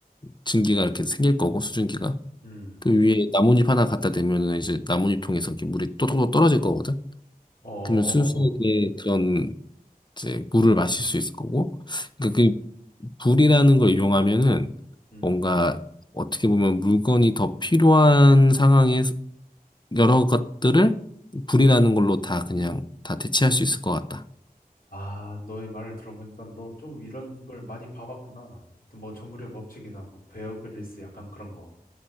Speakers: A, on the left; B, on the left.
A: 증기가 이렇게 생길 거고 수증기가
B: 음,
A: 그 위에 나뭇잎 하나 갖다 대면은 이제 나뭇잎 통해서 이렇게 물이 또또또 떨어질 거거든.
B: 어,
A: 그러면 순수하게 그런 이제 물을 마실 수 있을 거고. 그러니까 그 불이라는 걸 이용하면은
B: 음.
A: 뭔가 어떻게 보면 물건이 더 필요한 상황에 여러 것들을 불이라는 걸로 다 그냥 다 대체할 수 있을 것 같다.
B: 아, 너의 말을 들어보니까 너 좀 이런 걸 많이 봐봤구나. 하여튼 뭐 정글의 법칙이나 뭐 베어 그릴스 약간 그런 거.